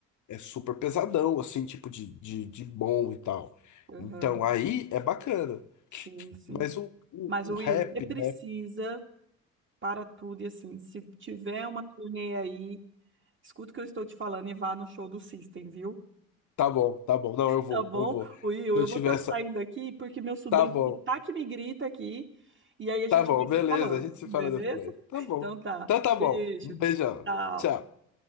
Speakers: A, on the left (about 45°); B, on the right (about 30°).
A: é super pesadão, assim, tipo de, de, de bom e tal.
B: Aham.
A: Então aí é bacana.
B: Sim, sim.
A: Mas o, o,
B: Mas, Will,
A: o rap,
B: você precisa
A: né?
B: para tudo e assim, se tiver uma turnê aí, escuta o que eu estou te falando e vá no show do System, viu?
A: Tá bom, tá bom, não, eu vou,
B: Tá bom?
A: eu vou. Se
B: Will,
A: eu
B: eu
A: tiver
B: vou estar saindo
A: essa.
B: aqui porque meu sobrinho
A: Tá bom,
B: que tá que me grita aqui. E aí a gente
A: tá bom,
B: vai se
A: beleza,
B: falando,
A: a gente se
B: beleza?
A: fala depois. Tá bom.
B: Então tá.
A: Então tá bom,
B: Beijo.
A: um beijão,
B: Tchau.
A: tchau.